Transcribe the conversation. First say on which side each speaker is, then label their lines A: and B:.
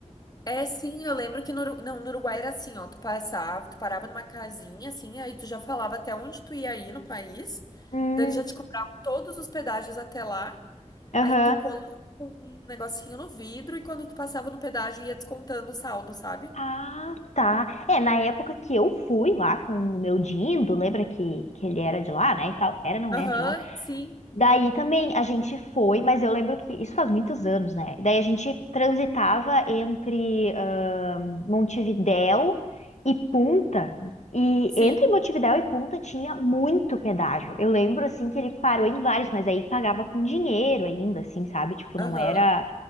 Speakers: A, on the left; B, on the left.
A: É, sim, eu lembro que no, Uru- não, no Uruguai era assim, ó, tu passava, tu parava numa casinha, assim, aí tu já falava até onde tu ia ir no país,
B: Hum,
A: daí ele já te cobrava todos os pedágios até lá,
B: aham.
A: aí tu colava um negocinho no vidro e quando tu passava no pedágio ia descontando o saldo, sabe?
B: Ah, tá. É, na época que eu fui lá com o meu Dindo, lembra que, que ele era de lá, né, e tal? Era, não
A: Aham,
B: era de lá?
A: sim,
B: Daí também a gente foi, mas eu lembro que isso faz muitos anos, né? Daí a gente transitava entre ahn, Montevidéu e Punta. E
A: sim,
B: entre Montevidéu e Punta tinha muito pedágio. Eu lembro assim que ele parou em vários, mas aí pagava com dinheiro ainda, assim, sabe? Tipo,
A: aham,
B: não era